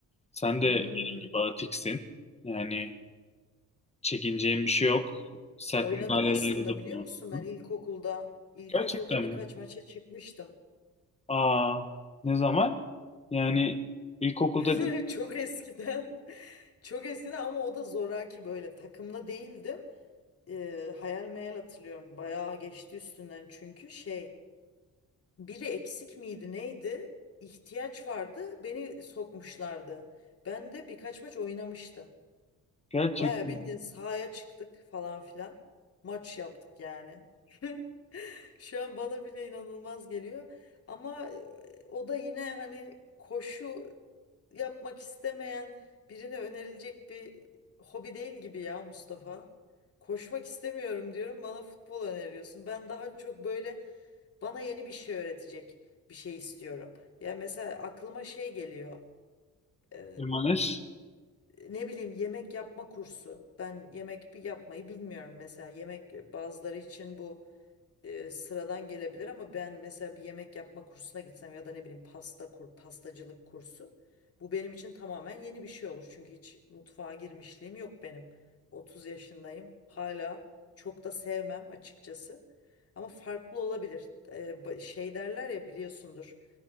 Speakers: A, on the left; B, on the left.
A: sen
B: Hmm.
A: de benim gibi atiksin. Yani çekineceğin bir şey yok. Sert
B: Oynadım
A: müdahalelerde
B: aslında
A: de
B: biliyor
A: bulunursun.
B: musun ben ilkokulda. İlkokulda
A: Gerçekten
B: birkaç
A: mi?
B: maça çıkmıştım.
A: Aa, ne zaman? Yani ilkokulda
B: <laughs> Çok eskiden. Çok eskiden ama o da zoraki böyle takımda değildim. Ee, hayal meyal hatırlıyorum. Bayağı geçti üstünden çünkü şey biri eksik miydi neydi? İhtiyaç vardı. Beni sokmuşlardı. Ben de birkaç maç oynamıştım.
A: gerçekten
B: Bayağı bildiğin sahaya çıktık falan filan. Maç yaptık yani. <laughs> Şu an bana bile inanılmaz geliyor. Ama e, o da yine hani koşu yapmak istemeyen birine önerilecek bir hobi değil gibi ya Mustafa. Koşmak istemiyorum diyorum bana futbol öneriyorsun. Ben daha çok böyle bana yeni bir şey öğretecek bir şey istiyorum. Ya mesela aklıma şey geliyor. e,
A: Emaneş
B: ne bileyim yemek yapma kursu. Ben yemek bir yapmayı bilmiyorum mesela. Yemek bazıları için bu e, sıradan gelebilir ama ben mesela bir yemek yapma kursuna gitsem ya da ne bileyim pasta kur, pastacılık kursu bu benim için tamamen yeni bir şey olur. Çünkü hiç mutfağa girmişliğim yok benim. 30 yaşındayım. Hala çok da sevmem açıkçası. Ama farklı olabilir. E, ba- şey derler ya biliyorsundur.